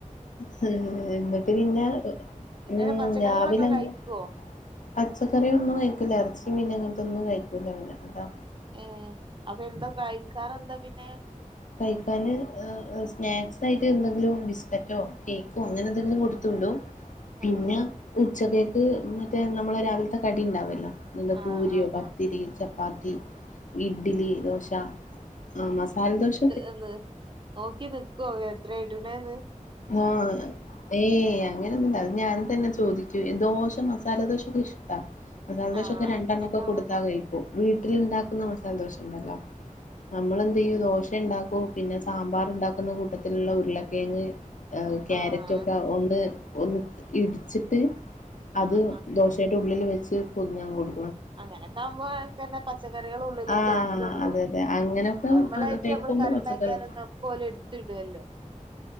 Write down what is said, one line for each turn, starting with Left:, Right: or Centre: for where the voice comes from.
Left: ഹ് എന്ന്ട്ട് പിന്നെ ഉം
Right: ങ്ങെനെ പച്ചക്കറികളൊക്കെ
Left: രാവിലെന്നെ
Right: കയ്ക്കാേ
Left: പച്ചക്കറി ഒന്നും കയ്ക്ക്ലാ എർച്ചി മീന് അങ്ങൻത്താെന്നും കയ്ക്കൂല അവന് അതാ
Right: ഏഹ് അപ്പൊ എന്താ കഴിക്കാനെന്താ പിന്നെ
Left: കയ്ക്കാന് ആഹ് ആഹ് സ്നാക്സായ്ട്ട് ന്തെങ്കിലും ബിസ്ക്കറ്റോ കേക്കും ങ്ങനെ എന്തെങ്കിലും കൊട്ത്തു വ്ടും പിന്നെ
Right: ഉം
Left: ഉച്ചക്കേക്ക് മറ്റേ ഞമ്മളെ രാവിൽത്തെ കടിണ്ടാവെല്ലോ എന്താ
Right: ആഹ്
Left: പൂര്യോ
Right: ആഹ്
Left: പത്തിരി
Right: ആഹ്
Left: ചപ്പാത്തി ഇഡ്ലി ദോശാ ആഹ് മസാൽദോശ
Right: എന്ന്‌ നോക്കി നിക്കാേ എത്രേ ഇട്ണേന്ന്
Left: ആഹ് ഏയ് അങ്ങനൊന്നുംണ്ടാ ഞാൻ തെന്നെ ചോദിക്കും ദോശ, മസാല ദോശ ഒക്കെ ഇഷ്ടാ മസാല ദോശ
Right: ആഹ്
Left: ഒക്കെ രണ്ടെണ്ണം
Right: അങ്ങനൊക്കെ
Left: ഒക്കെ
Right: ആവുമ്പോ
Left: കൊടുത്താ
Right: കൊണ്ടോവും
Left: കയിക്കും വീട്ട്ൽ ഇണ്ടാക്കുന്ന മസാലദോശ ഇണ്ടല്ലോ നമ്മളെന്തെയ്യും ദോശ ഇണ്ടാക്കും പിന്നെ സാമ്പാറ് ഇണ്ടാക്ക്ന്ന കൂട്ടത്തിൽ ഇള്ള ഉര്ളക്കേങ്ങ് ക്യാരറ്റൊക്കെ
Right: ആഹ്
Left: ഒണ്ട് ഒന്ന് ഇട്ച്ച്ട്ട് അത്
Right: ആഹ്
Left: ദോശെയിടെ ഉള്ളിൽ വെച്ച് പൊതിഞ്ഞ് അങ്ങ് കൊട്
Right: അങ്ങനെയൊക്കെയാവുമ്പൊ ഒക്കെയെന്നെ പച്ചക്കറികൾ ഉള്ളിലേക്ക്
Left: ആഹ്
Right: എത്തൊള്ളു
Left: അതെ അതെ അങ്ങനൊക്കെ
Right: നോർമെലായിറ്റ്
Left: അത് കഴിക്കുമ്പോ
Right: നമ്മെൾ കറിണ്ടാക്കിയാലൊന്ന്
Left: പച്ചക്കറി
Right: ഒക്കെ ഓല് ഇട്ത്ത്ടോല്ലോ